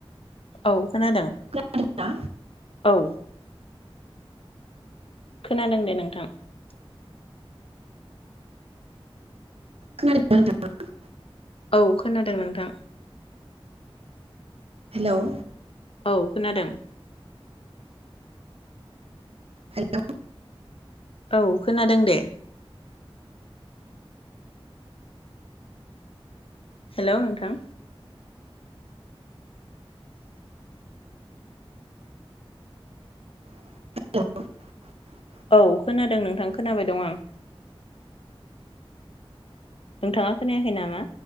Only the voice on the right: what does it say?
खोनादोंना
खोनादो ना नोथां।
हेल'
हेल'
<unintelligible>